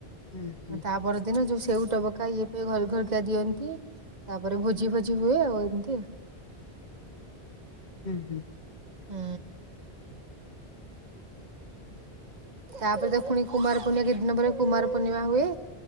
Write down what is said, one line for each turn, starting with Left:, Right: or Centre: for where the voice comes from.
Left: ହୁଁ ହୁଁ।
Right: ତାପର ଦିନ ଯୋଉ ସେଉ ଟବ କା ଇଏ ଫିଏ ଘରେ ଘରିକି ଦିଅନ୍ତି ତାପରେ ଭୋଜି ଫୋଜି ହୁଏ ଆଉ ଏମିତି।
Left: ହୁଁ ହୁଁ।
Right: ହୁଁ। ତାପରେ ତ ପୁଣି କୁମାର ପୂର୍ଣିମା କି ଦିନ ପରେ କୁମାର ପର୍ଣିମା ହୁଏ।